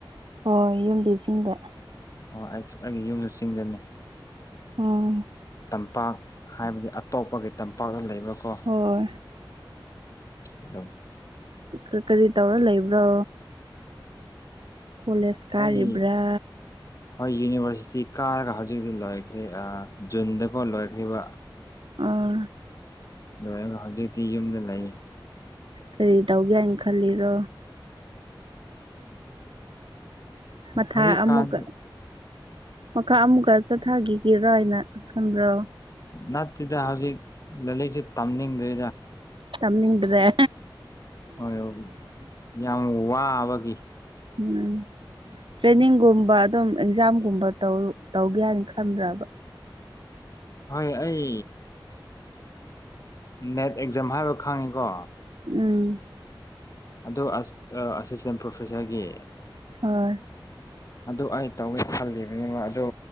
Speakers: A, on the right; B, on the left.
A: ꯍꯣꯏ ꯌꯨꯝꯗꯤꯁꯤꯡꯗ
B: ꯑꯣ ꯑꯩꯁꯨ ꯑꯩꯒꯤ ꯌꯨꯝꯁꯨ ꯆꯤꯡꯗꯅꯤ
A: ꯑꯣ
B: ꯇꯝꯄꯥꯛ ꯍꯥꯏꯕꯗꯤ ꯑꯇꯣꯞꯄꯒꯤ ꯇꯝꯄꯥꯛꯇ ꯂꯩꯕ꯭ꯔꯥꯀꯣ
A: ꯍꯣꯏ
B: ꯍꯂꯣ
A: ꯎꯝ ꯀꯔꯤ ꯇꯧꯔ ꯂꯩꯕ꯭ꯔꯣ ꯀꯣꯂꯦꯖ ꯀꯥꯔꯤꯕ꯭ꯔꯥ
B: ꯑꯩ ꯍꯣꯏ ꯌꯨꯅꯤꯚꯔꯁꯤꯇꯤ ꯀꯥꯔꯒ ꯍꯧꯖꯤꯛ ꯍꯧꯖꯤꯛ ꯂꯣꯏꯈ꯭ꯔꯦ ꯖꯨꯟꯗꯀ ꯂꯣꯏꯈ꯭ꯔꯤꯕ
A: ꯑꯣ
B: ꯂꯣꯏꯔꯒ ꯍꯧꯖꯤꯛꯇꯤ ꯌꯨꯝꯗ ꯂꯩꯌꯦ
A: ꯀꯔꯤ ꯇꯧꯒꯦ ꯍꯥꯏꯅ ꯈꯜꯂꯤꯔꯣ ꯃꯊꯥ
B: ꯍꯧꯖꯤꯛꯀꯥꯟ
A: ꯑꯃꯨꯛ ꯃꯈꯥ ꯑꯃꯨꯛꯀ ꯆꯠꯊꯈꯤꯒꯔꯥ ꯍꯥꯏꯅ ꯈꯟꯕ꯭ꯔꯣ
B: ꯅꯠꯇꯦꯗ ꯍꯧꯖꯤꯛ ꯂꯥꯏꯔꯤꯛꯁꯨ ꯇꯝꯅꯤꯡꯗ꯭ꯔꯤꯗ
A: ꯆꯝꯃꯤꯗꯨꯗꯦ
B: ꯍꯣꯏ ꯍꯣꯏ ꯌꯥꯝ ꯋꯥꯕꯒꯤ
A: ꯎꯝ ꯇ꯭ꯔꯦꯅꯤꯡꯒꯨꯝꯕ ꯑꯗꯨꯝ ꯑꯦꯛꯖꯥꯝꯒꯨꯝꯕ ꯇꯧꯒꯦ ꯍꯥꯏꯅ ꯈꯟꯕ꯭ꯔꯕ
B: ꯍꯣꯏ ꯑꯩ ꯅꯦꯠ ꯑꯦꯛꯖꯥꯝ ꯍꯥꯏꯕ ꯈꯪꯉꯤꯀꯣ
A: ꯎꯝ
B: ꯑꯣ ꯑꯁꯤꯁꯇꯦꯟ ꯄ꯭ꯔꯣꯐꯦꯁꯔꯒꯤ
A: ꯑ
B: ꯑꯗꯨ ꯑꯩ ꯇꯧꯒꯦ ꯈꯜꯂꯤꯕꯅꯦꯕ ꯑꯗꯨ